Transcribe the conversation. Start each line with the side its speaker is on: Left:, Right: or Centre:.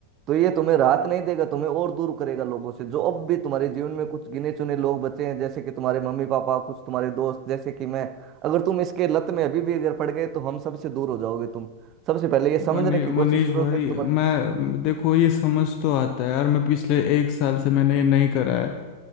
Right: तो ये तुम्हें राहत नहीं देगा तुम्हें और दूर करेगा लोगों से जो अब भी तुम्हारे जीवन में कुछ गिने चुने लोग बचे हैं जैसे कि तुम्हारे मम्मी पापा कुछ तुम्हारे दोस्त जैसे कि मैं अगर तुम इसके लत में अभी भी अगर पड़ गए तो हम सबसे दूर हो जाओगे तुम सबसे पहले ये समझने
Left: मनी
Right: की कोशिश
Left: मनीष
Right: करो
Left: भाई
Right: कि तुम्हारे
Left: मैं देखो ये समझ तो आता है यार मैं पिछले एक साल से मैंने ये नहीं करा है